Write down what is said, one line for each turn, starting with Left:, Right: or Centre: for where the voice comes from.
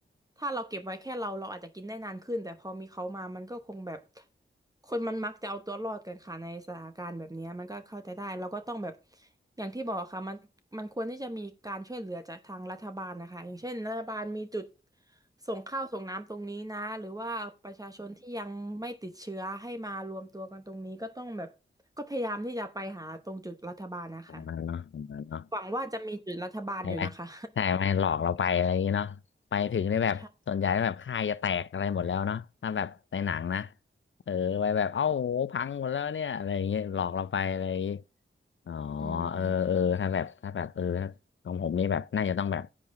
Right: ถ้าเราเก็บไว้แค่เราเราอาจจะกินได้นานขึ้นแต่พอมีเขามามันก็คงแบบคนมันมักจะเอาตัวรอดกันค่ะในสถานการณ์แบบเนี้ยมันก็เข้าใจได้เราก็ต้องแบบอย่างที่บอกค่ะมันมันควรที่จะมีการช่วยเหลือจากทางรัฐบาลนะคะอย่างเช่นรัฐบาลมีจุด ส่งข้าวส่งน้ำตรงนี้นะหรือว่าประชาชนที่ยังไม่ติดเชื้อให้มารวมตัวกันตรงนี้ก็ต้องแบบก็พยายามที่จะไปหาตรงจุดรัฐบาลนะคะ
Left: ตรงนั้นเนาะตรงนั้นเนาะ
Right: หวังว่าจะมีจุดรัฐบาลอยู่นะคะ
Left: ใช่ไหมใช่ไหมหลอกเราไปอะไรอย่างเงี้ยเนาะไปถึงได้แบบส่วนใหญ่แบบค่ายจะแตกอะไรหมดแล้วเนาะถ้าแบบในหนังนะ
Right: <laughs> ใช่
Left: เออไปแบบเอ้าโหพังหมดแล้วเนี่ยอะไรอย่างเงี้ยหลอกเราไปอะไรอย่างเงี้ย อ๋อ
Right: อืม
Left: เออเออถ้าแบบถ้าแบบเออถ้าของผมนี่แบบน่าจะต้องแบบ